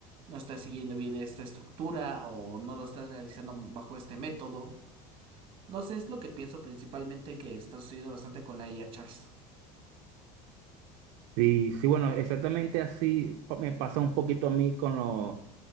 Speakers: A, on the right (about 35°); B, on the right (about 65°).
A: no está siguiendo bien esta estructura o no lo está realizando bajo este método. No sé, es lo que pienso principalmente que está sucediendo bastante con la IA, Charles.
B: Sí, sí, bueno, exactamente así pa- me pasa un poquito a mí con lo,